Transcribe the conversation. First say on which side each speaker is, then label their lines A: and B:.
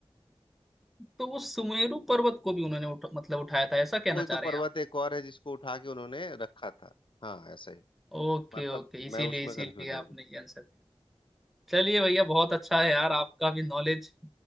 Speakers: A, in the centre; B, on the left.
A: तो वो सुमेरु पर्वत को भी उन्होंने उठा, मतलब उठाया था ऐसा कहना
B: तो
A: चाह
B: पर्वत
A: रहे हैं आप
B: एक और है जिसको उठा के उन्होंने रखा था हाँ ऐसा ही
A: ओके
B: मत-
A: ओके इसीलिए
B: मैं उसमें
A: इसीलिए
B: कंफ्यूज
A: आपने ये आंसर दिया चलिए भैया बहुत अच्छा है यार आपका भी नॉलेज